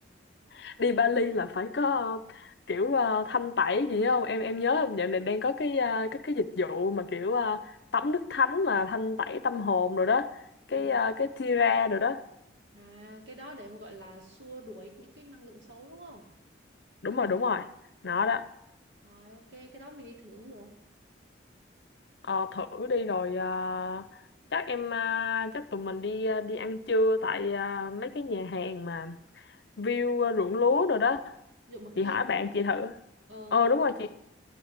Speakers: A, on the left (about 60°); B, on the right (about 70°).
A: <laughs> đi Bali là phải có à, kiểu à, thanh tẩy gì không em em nhớ dạo này đang có cái à, cái cái dịch vụ mà kiểu à, tắm nước thánh mà thanh tẩy tâm hồn rồi đó cái
B: Ừ.
A: à, cái Tira rồi đó
B: À, cái đó để mà gọi là xua đuổi những cái năng lượng xấu đúng không?
A: đúng rồi đúng rồi nó đó
B: Rồi ok, cái đó mình đi thử cũng được.
A: Ờ, thử đi rồi ờ, chắc em ờ, chắc tụi mình đi ờ, đi ăn trưa tại ờ, mấy cái nhà hàng mà view ờ, ruộng lúa rồi đó
B: Ví dụ bậc
A: chị
B: thang
A: hỏi bạn
B: đúng không?
A: chị thử
B: Ờ
A: ờ đúng rồi chị